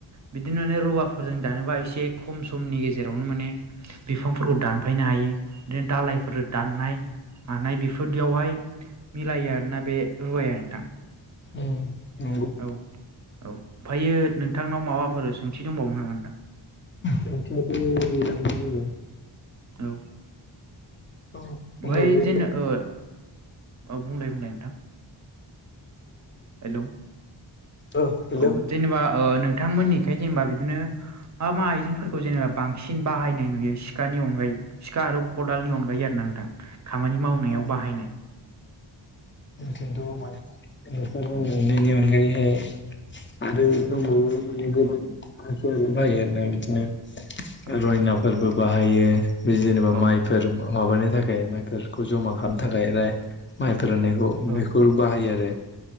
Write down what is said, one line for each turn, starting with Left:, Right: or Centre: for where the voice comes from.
Right: बिदिनो रुवा फोरजों दानोबा एसे खम समनि गेजेरावनो माने बिफांफोरखौ दानफायनो हायो माने दालाइ फोरो दाननाय मानाय बेफोरदियावहाय मिलायो आरोना बे रुवाया नोंथां।
Left: उम नंगौ।
Right: औ औ आमफायो नोंथांनाव माबाफोर सोंथि दंबावोमोन नामा नोंथां?
Left: सोंथियाथ' गैलामोन जेबो।
Right: औ
Left: औ होमबा
Right: बै
Left: बे
Right: जेनो ओ औ बुंलाय बुंलाय नोंथां। हेलौ
Left: ओ हेलौ
Right: औ जेनेबा ओ नोंथांमोननिखै जेनेबा बिदिनो मा मा आइजेंफोरखौ जेनेबा बांसिन बाहायनाय नुयो सिखानि अनगायै सिखा आरो खदालनि अनगायै नोथां खामानि मावनायाव
Left: ओ
Right: बाहायनाय।
Left: खिन्थु <unintelligible> अनगायैहाय- आरो दंबावो माने गोबां हाथियारबो बाहायो आरो ना बिदिनो।
Right: औ
Left: रयनाफोरबो बाहायो बे जेनेबा
Right: औ
Left: माइफोर माबानि थाखाय माइफोर। खौ जमा खामनो थाखाय <unintelligible> माइ फोराननायखौ
Right: औ
Left: बेखौ बाहायो आरो